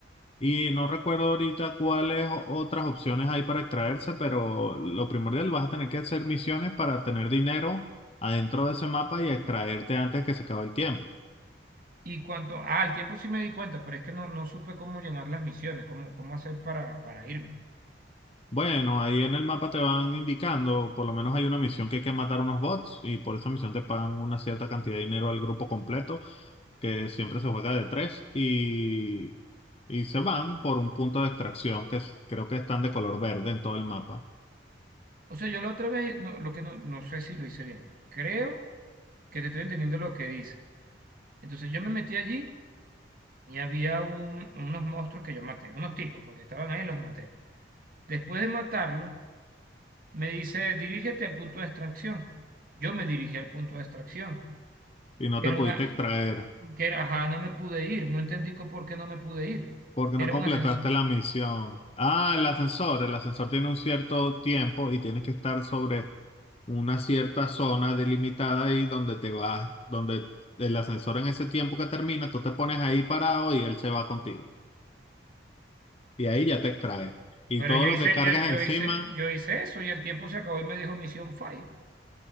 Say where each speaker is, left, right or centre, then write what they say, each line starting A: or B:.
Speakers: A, on the left (about 30°); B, on the right (about 50°).
A: Y no recuerdo ahorita cuáles o- otras opciones hay para extraerse, pero lo primordial vas a tener que hacer misiones para tener dinero adentro de ese mapa y extraerte antes que se acabe el tiempo.
B: Y cuanto, ah, al tiempo sí me di cuenta, pero es que no, no supe cómo llenar las misiones, cómo, cómo hacer para, para irme.
A: Bueno, ahí en el mapa te van indicando, por lo menos hay una misión que hay que matar unos bots y por esa misión te pagan una cierta cantidad de dinero al grupo completo, que siempre se juega de tres y, y se van por un punto de extracción que es- creo que están de color verde en todo el mapa
B: O sea, yo la otra vez, no, lo que no, no sé si lo hice bien. Creo que te estoy entendiendo lo que dice. Entonces yo me metí allí y había un- unos monstruos que yo maté, unos tipos, porque estaban ahí, los maté. Después de matarlos, Me dice, dirígete al punto de extracción. Yo me dirigí al punto de extracción,
A: y no
B: que
A: te
B: era
A: pudiste
B: una,
A: extraer.
B: que era, ajá, no me pude ir, no entendí co- por qué no me pude ir.
A: Porque
B: Era
A: no completaste
B: un ascensor.
A: la misión. Ah, el ascensor. El ascensor tiene un cierto tiempo y tienes que estar sobre una cierta zona delimitada ahí donde te vas, donde el ascensor en ese tiempo que termina, tú te pones ahí parado y él se va contigo. Y ahí ya te extrae. Y
B: Pero
A: todo
B: yo
A: lo
B: hice,
A: que cargas
B: yo, yo
A: encima,
B: hice, yo hice eso y el tiempo se acabó y me dijo misión fail.